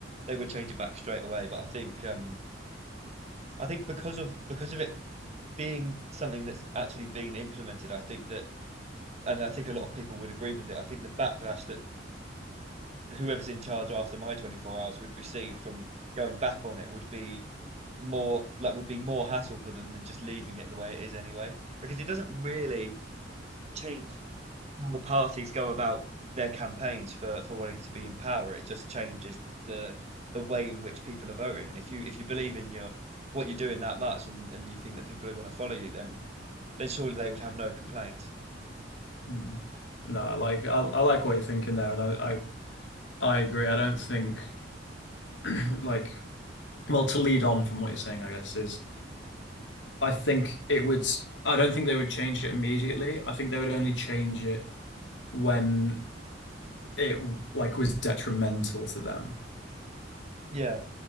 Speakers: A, on the right; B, on the left.
A: they would change it back straight away, but I think um I think because of because of it being something that's actually been implemented, I think that, and I think a lot of people would agree with it. I think the backlash that whoever's in charge after my 24 hours would receive from going back on it would be more like would be more hassle for them than just leaving it the way it is anyway, because it doesn't really change how parties go about their campaigns for for wanting to be in power. It just changes the the way in which people are voting. And if you if you believe in your what you're doing that much and, and you think that people are going to follow you, then then surely they would have no complaints.
B: Hmm. No, I like I, I like what you're thinking there, and I, I I agree. I don't think <clears throat> like well to lead on from what you're saying, I guess is I think it would. I don't think they would change it immediately. I think they would only change it when it like was detrimental to them.
A: Yeah,